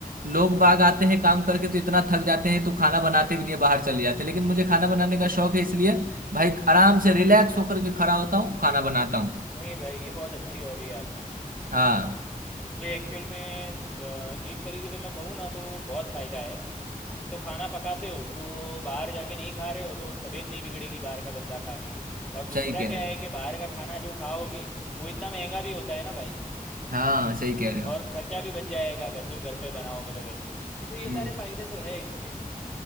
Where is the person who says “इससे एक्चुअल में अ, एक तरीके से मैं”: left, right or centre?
Centre